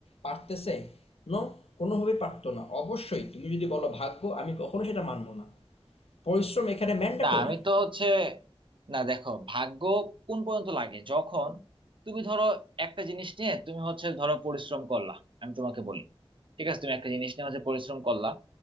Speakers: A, on the left (about 80°); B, on the right (about 55°).
A: পারতেছে নো কোনোভাবে পারতো না অবশ্যই তুমি যদি বলো ভাগ্য আমি কখনো সেটা মানবো না পরিশ্রম এখানে ম্যান্ডেটরি
B: না আমি তো হচ্ছে না দেখো ভাগ্য কোন পর্যন্ত লাগে যখন তুমি ধরো একটা জিনিস নিয়ে তুমি হচ্ছে ধরো পরিশ্রম করলা আমি তোমাকে বলি ঠিক আছে তুমি একটা জিনিস নিয়ে হচ্ছে পরিশ্রম করলা